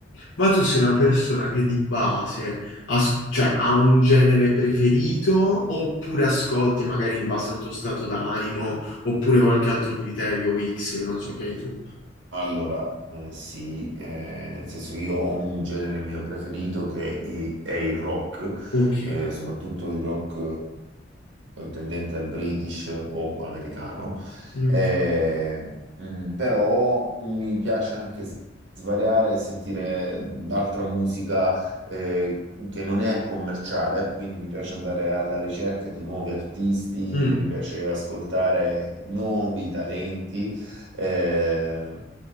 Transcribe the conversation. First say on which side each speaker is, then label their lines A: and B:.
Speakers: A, on the left; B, on the right.
A: ma tu sei una persona che di base as- cioè, ha un genere preferito oppure ascolti magari in base al tuo stato d'animo oppure qualche altro criterio X che non so che hai tu?
B: Allora, eh, sì, eh, nel senso io ho un genere mio preferito che i- è il rock,
A: Ok.
B: eh, soprattutto il rock eh, tendente al British o americano,
A: Ok.
B: Eh, mm, però mi piace anche s- svariare e sentire altra musica eh, che non è commerciale, quindi mi piace andare alla ricerca di nuovi artisti,
A: Mm,
B: mi piace ascoltare nuovi talenti. Eh,